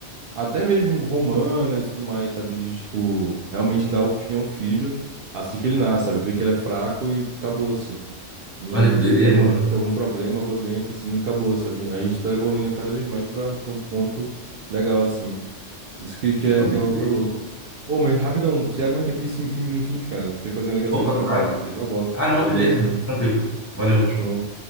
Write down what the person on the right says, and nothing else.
Até mesmo romanas e tudo mais, sabe? De, tipo, realmente dar o fim ao filho assim que ele nasce, sabe? Ver que ele é fraco e acabou-se. E
tem alguma,
tem algum problema, alguma doença, assim, acabou, sabe? A gente tá evoluindo cada vez mais pra, pra um ponto legal, assim. Isso que, que, é,
que, é, o-
que é o louco. Ô, mas rapidão, você aguenta aqui cinco minutinhos, cara? Vou ter que fazer uma ligação
de trabalho.
Eu já volto.
Valeu,
valeu.
Show.